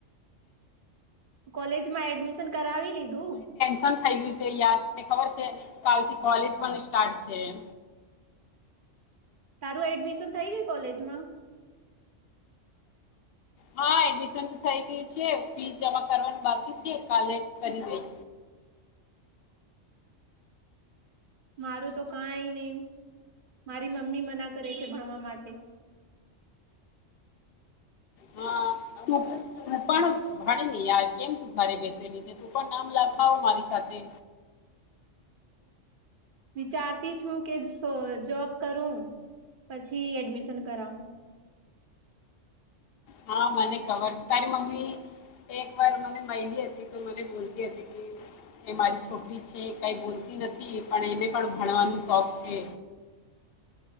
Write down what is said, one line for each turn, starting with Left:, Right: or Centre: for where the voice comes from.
Right: કોલેજ માં એડમિશન કરાવી લીધું.
Left: પસંદ થઈ ગયું છે યાને ખબર છે કાલથી કોલેજ પણ સ્ટાર્ટ છે એ.
Right: તારું એડમિશન થઈ ગયુ કોલેજમાં?
Left: હા એડમિશન તો થઇ ગયુ છે ફીસ જમા કરવાનું બાકી છે કાલેજ કરી લઈ.
Right: મારું તો કઈ નહી મારી મમ્મી મના કરે છે ભણવા માટે- -
Left: હા તું તું પણ ભણી નહી યાર કેમ તું તારી બહેન ને લીધે તું પણ નામ લખવા હો મારી સાથે.
Right: વિચારતી છું કે જોબ કરું પછી એડમિશન કરાવું.
Left: હા મને ખબર તારી મમ્મી- - એક વાર મને મહિલી હતી તો મને બોલતી હતી કે- - કે મારી છોકરી છે કાંઈ બોલતી નથી પણ એને પણ ભણવાનું શોખ છે.